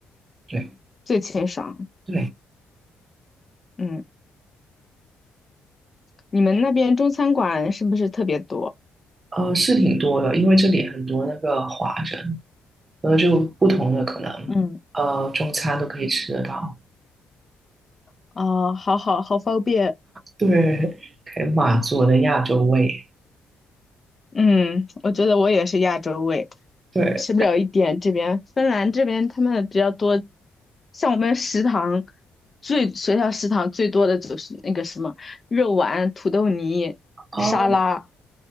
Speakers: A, on the right (about 35°); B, on the left (about 30°).
A: 对
B: 最清爽，
A: 对，
B: 嗯，你们那边中餐馆是不是特别多？
A: 呃，是挺多的，因为这里很多那个华人，然后就不同的可能，
B: 嗯
A: 呃，中餐都可以吃得到，
B: 啊，好好好方便，
A: 对，可以满足我的亚洲胃，
B: 嗯，我觉得我也是亚洲胃，
A: 对。
B: 吃不了一点这边芬兰这边他们比较多，像我们食堂最学校食堂最多的就是那个什么肉丸、土豆泥、
A: 哦
B: 沙拉，